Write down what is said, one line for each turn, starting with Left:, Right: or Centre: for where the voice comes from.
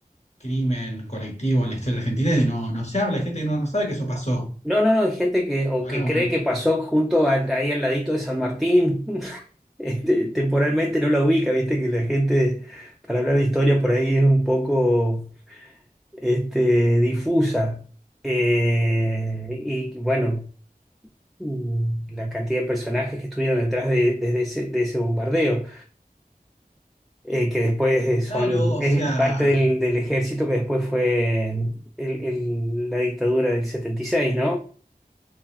Left: crimen colectivo en la historia argentina y no, no se habla, hay gente que no, no sabe que eso pasó.
Centre: No, no, no, hay gente que, o
Left: Ahora
Centre: que
Left: vos
Centre: cree
Left: me-
Centre: que pasó junto a- ahí al ladito de San Martín. <laughs> Este, temporalmente no la ubica, viste que la gente, para hablar de historia por ahí es un poco este, difusa. Eh, y bueno, mm, la cantidad de personajes que estuvieron detrás de, desde ese, de ese bombardeo, eh, que después eh, son,
Left: Claro, o
Centre: es
Left: sea,
Centre: parte del, del ejército que después fue el- el- la dictadura del setenta y seis